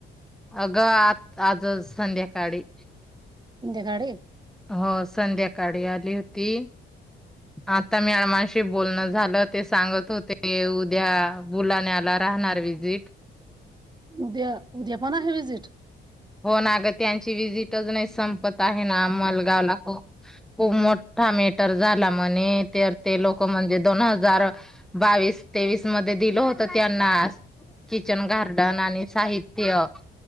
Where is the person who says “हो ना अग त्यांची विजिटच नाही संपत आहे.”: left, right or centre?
Centre